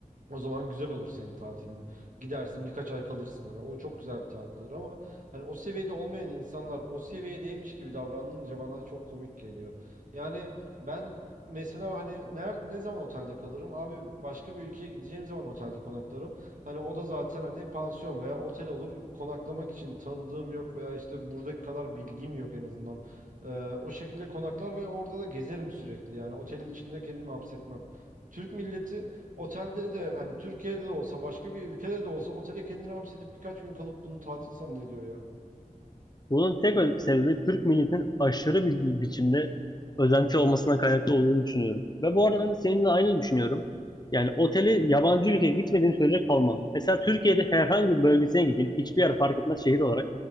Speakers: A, on the right (about 65°); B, on the left (about 30°).
A: O zaman güzel olur senin tatilin. Gidersin birkaç ay kalırsın hani o çok güzel bir tatil olur ama hani o seviyede olmayan insanlar o seviyedeymiş gibi davranınca bana çok komik geliyor. Yani ben mesela hani nerede ne zaman otelde kalırım? Abi başka bir ülkeye gideceğim zaman otelde konaklarım. Hani o da zaten hani pansiyon veya otel olur. Konaklamak için tanıdığım yok veya işte buradaki kadar bilgim yok en azından. Ee, o şekilde konaklar ve orada da gezerim sürekli. Yani otelin içinde kendimi hapsetmem. Türk milleti Otelde de hani Türkiye'de de olsa başka bir ülkede de olsa otele kendini hapsedip birkaç gün kalıp bunu tatil zannediyor ya.
B: Bunun tek ö- sebebi Türk milletinin aşırı bir bir biçimde özenti olmasına kaynaklı olduğunu düşünüyorum. Ve bu arada ben de seninle aynı düşünüyorum. Yani oteli yabancı ülkeye gitmediğim sürece kalmam. Mesela Türkiye'de herhangi bir bölgesine gideyim, hiçbir yer fark etmez şehir olarak.